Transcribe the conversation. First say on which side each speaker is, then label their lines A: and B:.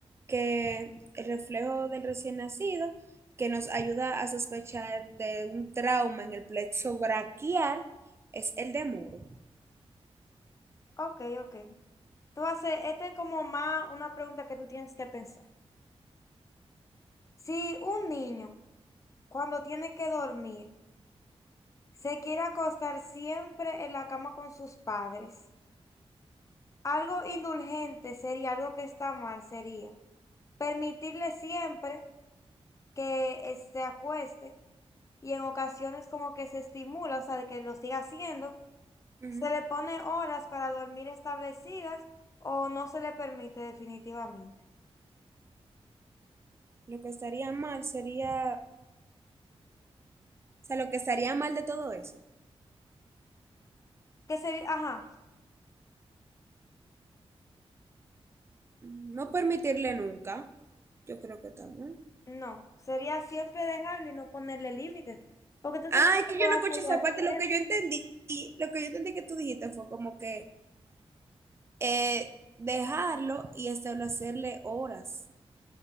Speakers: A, on the right; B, on the left.
A: que el reflejo del recién nacido, que nos ayuda a sospechar de un trauma en el plexo braquial, es el de muro.
B: Ok, ok. Tú haces, este es como más una pregunta que tú tienes que pensar. Si un niño, cuando tiene que dormir, Se quiere acostar siempre en la cama con sus padres. Algo indulgente sería, algo que está mal sería permitirle siempre que eh, se acueste y en ocasiones como que se estimula, o sea, de que lo siga haciendo,
A: Ujú.
B: se le pone horas para dormir establecidas o no se le permite definitivamente.
A: Lo que estaría mal sería, o sea, lo que estaría mal de todo eso,
B: Que sería, ajá,
A: no permitirle nunca, yo creo que está mal.
B: no, sería siempre dejarlo y no ponerle límites, porque entonces
A: Ah,
B: siempre
A: es que
B: lo
A: yo
B: va
A: no
B: a
A: escuché
B: seguir
A: esa
B: haciendo.
A: parte, lo que yo entendí, lo que yo entendí que tú dijiste fue como que eh, dejarlo y establecerle horas.